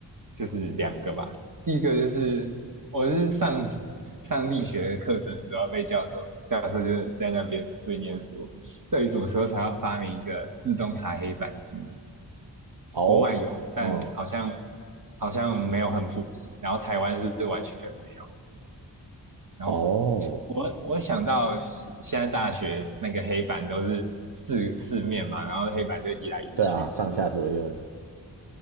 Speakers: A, on the right; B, on the right.
A: 就是两个吧，第一个就是我是上 <laughs> 上力学课程的时候被教授教授就是在那边碎念说，到底什么时候才要发明一个自动擦黑板机？
B: 哦嗯，
A: 国外有，但好像好像没有很普及，然后台湾是完全没有。然后
B: 哦，
A: 我我想到现现在大学那个黑板都是四四面嘛，然后黑板就移来移去，
B: 对啊，上下左右的，
A: 其实